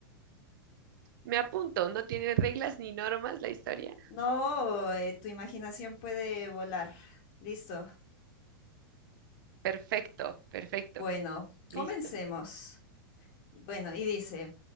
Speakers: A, on the right; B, on the left.
A: Me apunto, no tiene reglas ni normas la historia.
B: No, eh, tu imaginación puede volar. Listo.
A: Perfecto, perfecto,
B: Bueno, comencemos.
A: listo.
B: Bueno, y dice,